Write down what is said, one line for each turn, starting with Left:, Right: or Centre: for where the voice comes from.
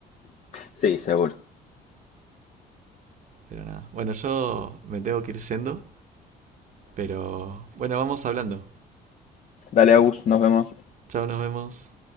Left: Sí, seguro.
Right: Pero nada. Bueno, yo me tengo que ir yendo, pero bueno, vamos hablando.
Left: Dale, Agus, nos vemos.
Right: Chao, nos vemos.